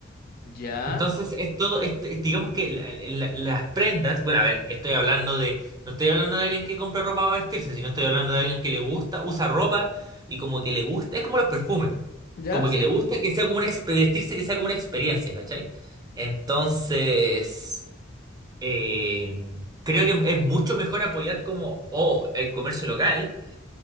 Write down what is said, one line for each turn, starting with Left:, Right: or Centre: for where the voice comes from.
Left: Ya,
Right: Entonces, es todo, es- es- digamos que la- la- las prendas, bueno, a ver, estoy hablando de, no estoy hablando de alguien que compra ropa para vestirse, sino estoy hablando de alguien que le gusta, usa ropa y como que le gusta, es como los perfumes,
Left: ya,
Right: como
Left: sí.
Right: que le gusta que sea como una, exp- vestirse que sea como una experiencia, ¿cachai? Entonces, eh, creo que es mucho mejor apoyar como, oh, el comercio local